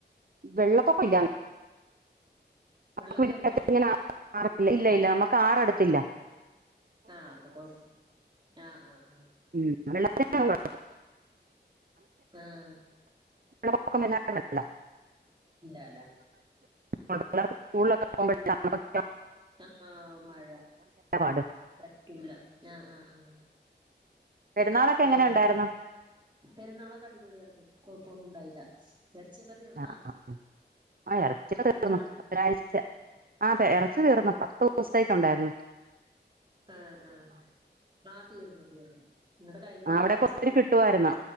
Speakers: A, on the right (about 55°); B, on the right (about 25°).
A: വെള്ളപ്പൊക്കാ ഇല്ല
B: വെള്ളം
A: അങ്ങനെ <unintelligible>
B: കേറുവാ
A: ഇല്ല ഇല്ല നമുക്ക് ആറട്ത്തില്ല
B: ആഹ് അപ്പൊ കൊഴ ആഹ്ആഹ് ആഹ്
A: ഉം വെള്ളത്തിന്
B: ആഹ്
A: നമ്മക്ക് <unintelligible> ല്ലോ
B: ഇല്ല ലെ
A: പിള്ളേർക്ക് സ്കൂളിലക്കെ പോകുമ്പോഴ <unintelligible>
B: ആഹ്ഹാ മഴ
A: പാട്
B: പറ്റൂല്ല ആഹ് ആഹ ആഹ
A: പെരുന്നാളൊക്കെ എങ്ങനെ
B: ആഹ
A: ഉണ്ടായിരുന്നു
B: പെരുന്നാളൊക്കെ അടിപൊള്യർന്നു പ്പൊന്നും ഉണ്ടായില്ല ഇറച്ചിയൊക്കെ തീർന്നാ
A: ആഹ് ആ എറച്ചിക്കെ തീർന്നു
B: പെരുന്നാൾ
A: <unintelligible> ഒരാഴ്ച അതെ പതീർന്നൊ പത്തുവസത്തേക്ക് ഉണ്ടായിരുന്നൊ
B: ആ ആ ആ തീർന്നു തീർന്നു നിങ്ങടെ കഴിഞ്ഞ
A: ആഹ്
B: ഞായറാഴ്ച
A: അവിടെക്കെ ഒത്തിരി
B: തീർന്ന്
A: കിട്ടുവായിരുന്നോ